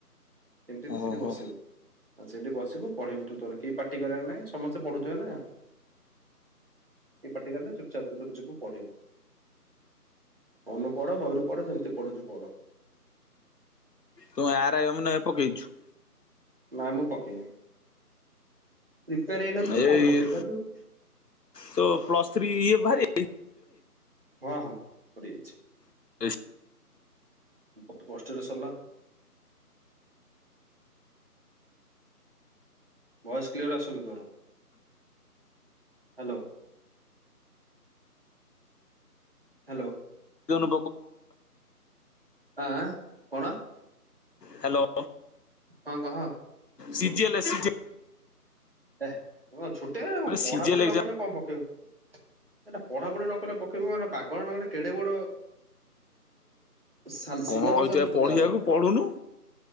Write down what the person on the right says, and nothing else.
ସେମିତି ତୁ ସେଠି
ବସିବୁ। ସେଇଠି ବସିବୁ ପଢିବୁ ତୁ ତୋର କେହି ପାଟି କରିବାର ନାଇଁ ସମସ୍ତେ ପଢୁଥିବେ ନା। କେହି ପାଟିକଲେ ଚୁପ୍ ଚାପ୍ ତୁ ତୋର ଯିବୁ ପଢିବୁ। ମନୁକୁ ପଢ ବହିରୁ ପଢ ଯେମିତି ପଢୁଛୁ ପଢ।
ନାଇଁ ମୁଁ ପକେଇନି ପ୍ରିପେୟାର ହେଇନଥିଲି
କଣ ପକେଇବି ତାକୁ।
ହଁ ହଁ ସରି ଯାଇଛି।
ବହୁତ କଷ୍ଟରେ ସରିଲା। ଭଏସ୍ କ୍ଲିଅର ଆସୁନି ତୋର ହ୍ୟାଲୋ। ହ୍ୟାଲୋ।
ଆଁ କଣ।
ହଁ କହ।
ହେ ଇଏ କଣ ଛୋଟିଆ କଥା ପଢା
ପଢି
ନ କଲେ କଣ ପକେଇବୁ। ଏଟା ପଢାପଢି ନ କଲେ ପକେଇ ବୁ ପାଗଳ ନା ଗୋଟେ କେଡେ ବଡ ସାଲ
ସିଲାବସ
ଆଣିଛୁ
ତ ତାର।